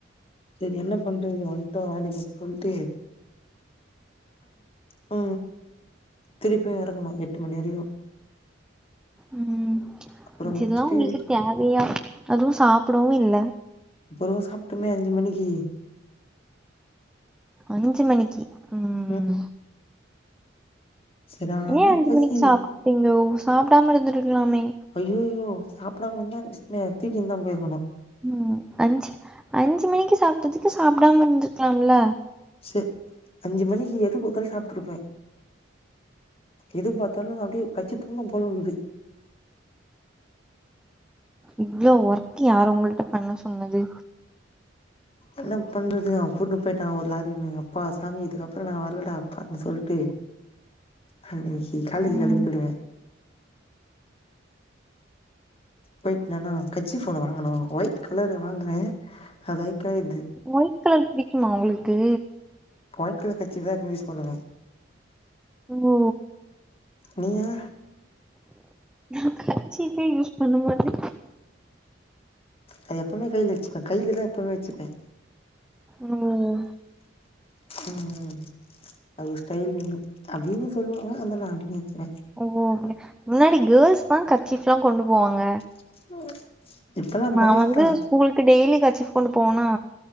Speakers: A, on the left (about 30°); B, in the centre.
A: சரி என்ன பண்றது வட்டோ வேலைக்கு சொல்ட்டு உ திருப்பியு எரக்கணு முனிறியோ
B: உ
A: அப்புறோ
B: இதெல்லா
A: முடிச்சுட்டு
B: உங்களுக்கு
A: வீட்
B: தேவையா அதும் சாப்பபடவு இல்லை
A: அப்றோ சாப்பிட்டுமே அஞ்சு மணிக்கு
B: அஞ்சி மணிக்கு உ
A: ம் செரியான
B: ஏன் அஞ்சு
A: பசி
B: மணிக்கு சாப்பிட்டீங்கோ சாப்டாம இருந்துடுக்கலாமே
A: அய்யயோ சாப்டாம இருந்தா விஷ்னுவ தூக்கின்னு தா போய்ருகணு
B: ம் அஞ்சு அஞ்சு மணிக்கு சாப்டதுக்கு சாப்டாம இருந்துகலால
A: செ அஞ்சு மணிக்கு எது குத்தாலு சாப்ட்டுருப்பே எது பாத்தாலு அப்டியே கச்சு துன்னு போலருக்குது
B: இவ்வளோ ஒர்க் யார் உங்கள்ட்ட பண்ண சொன்னது
A: என்ன பண்றது அவன் கூட்டுனு போயிட்டா ஒரு லாரின்னு அப்பா சாமி இதுக்கப்புறோ நா வரலடா அப்பான்னு சொல்லிட்டு அ காலச்சு
B: ம்
A: கெலம்பி போய்டுவே ஒயிட் தனா கட்சி போன்னு வாங்கனு ஒயிட் கலரு வாங்குனே அது ஐக்காது
B: ஒயிட் கலர் புடிக்குமா உங்களுக்கு
A: ஒட்ட கலர் கட்சிப்தா இப்ப யூஸ் பண்ணுவே
B: ஓ
A: நீயா
B: நா கர்சிப்பே யூஸ் பண்ண மாட்டே
A: அது எப்பமே கைல வச்சுபே கைலதா எப்பமே வச்சுப்பே
B: ம்
A: ம் அது ஒரு ஸ்டைல்னு அப்டின்னு சொல்லுவாங்க அத நா நெனைக்கிறே
B: ஓ ஓகே முன்னாடி கேர்ள்ஸ் தா கர்ச்சிஃப்ல்லா கொண்டு போவாங்க
A: <unintelligible> இப்பல்லா
B: நா
A: பாய்ஸ்
B: வந்து
A: தா
B: ஸ்கூலுக்கு டெய்லி கர்ச்சிஃப் கொண்டு போவேனா